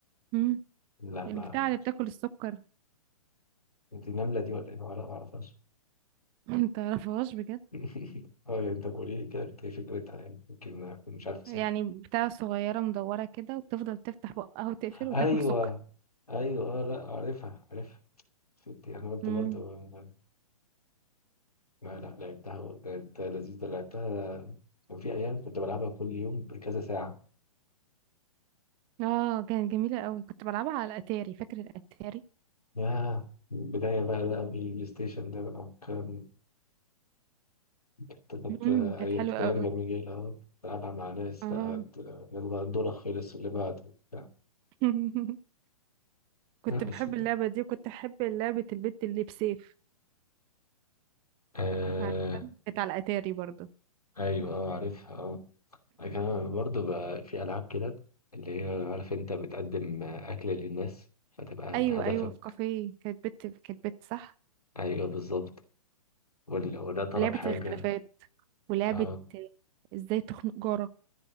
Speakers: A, on the right; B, on the left.
A: امم
B: لا
A: البتاع
B: ما
A: اللي بتاكل السكر
B: انت النمله دي ولا ايه ما اعرفهاش
A: <laughs> متعرفهاش بجد
B: <laughs> اه يعني انت قولي لي كده كانت ايه فكرتها يعني يمكن أكون مش عارف اسمها
A: يعني بتاع صغيرة مدورة كده وبتفضل تفتح بقها وتقفل وتاكل
B: ايوه
A: سكر
B: ايوه آه، لا عارفها عارفها فهمت انا قلت
A: امم
B: برضه آه، لا لا لعبتها وكانت لذيذة لعبتها كان في أيام كنت بلعبها كل يوم بكذا ساعة
A: اه كانت جميلة قوي كنت بلعبها على الاتاري فاكر الاتاري
B: ياه البداية بقى ده بالبلاي ستيشن ده بقى كان كانت كانت
A: امم
B: أي-
A: كانت حلوة
B: كانت أيام
A: قوي
B: جميلة أهو بلعبها مع ناس
A: اه
B: بقى ت- يلا دورك خلص واللي بعده بتاع.
A: <laughs> كنت
B: لا بس
A: بحب اللعبة دي وكنت أحب لعبة البت اللي بسيف
B: آه
A: عارفة كانت على الاتاري برضو
B: أيوه أه عارفها أه أنا كمان برضه بقى في ألعاب كده اللي هي عارف أنت بتقدم أكل للناس فتبقى
A: ايوه
B: أنت هدفك
A: ايوه في كافيه كانت بت كانت بت صح
B: أيوه بالظبط وال- وده طلب
A: ولعبة
B: حاجة
A: الاختلافات ولعبة
B: أه
A: ازاي تخنق جارك